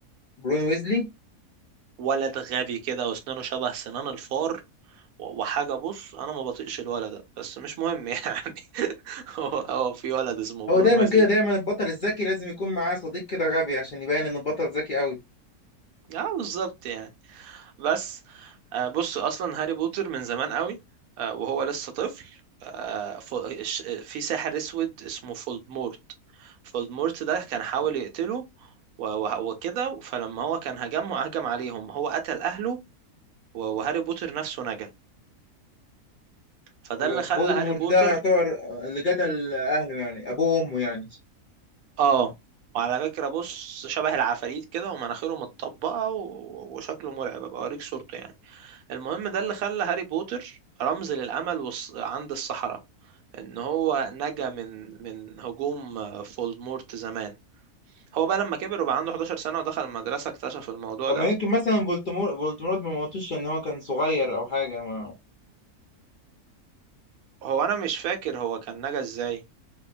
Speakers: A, on the left; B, on the right.
A: برون ويزلي
B: ولد غبي كده واسنانه شبه سنان الفار و- وحاجة بص أنا ما بطيقش الولد ده بس مش مهم يعني <laughs> هو هو في ولد اسمه
A: هو
B: برون
A: دايما
B: ويزلي
A: كده دايما البطل الذكي لازم يكون معاه صديق كده غبي عشان يبين إن البطل ذكي أوي
B: اه بالظبط يعني بس آه، بص أصلا هاري بوتر من زمان قوي آه، وهو لسه طفل آه، ف- الش- في ساحر أسود اسمه فولدمورت فولدمورت ده كان حاول يقتله و- و- وكده فلما هو كان هجمه هجم عليهم هو قتل أهله و- وهاري بوتر نفسه نجا فده
A: يبقى
B: اللي خلى
A: فولدمورت
B: هاري بوتر
A: ده يعتبر اللي قتل اهله يعني ابوه وامه يعني
B: اه وعلى فكرة بص شبه العفاريت كده ومناخيره متطبقة و... وشكله مرعب ابقى اوريك صورته يعني المهم ده اللي خلى هاري بوتر رمز للأمل والص... عند السحرة ان هو نجا من من هجوم آه، فولدمورت زمان هو بقى لما كبر وبقى عنده 11 سنة ودخل المدرسة اكتشف الموضوع
A: طب
B: ده
A: ما يمكن مثلا فولتمور فولتمورت ما موتوش ان هو كان صغير او حاجه ما
B: هو انا مش فاكر هو كان نجا ازاي